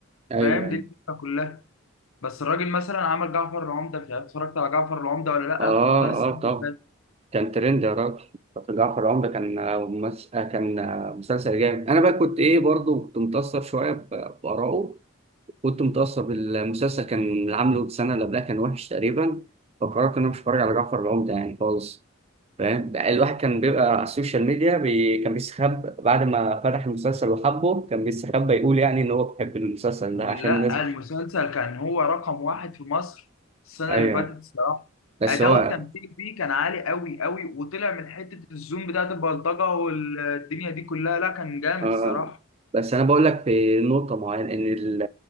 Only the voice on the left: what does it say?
فاهم
دي الفكرة كلها بس الراجل مثلا عمل جعفر العمدة مش عارف اتفرجت على جعفر العمدة ولا لأ
في رمضان السنة
اللي فاتت
لا
المسلسل كان هو رقم واحد في مصر السنة
اللي فاتت الصراحة
أداؤه
التمثيلي فيه كان عالي قوي قوي وطلع من حتة الزوم بتاعت البلطجة والدنيا دي كلها لا كان جامد
الصراحة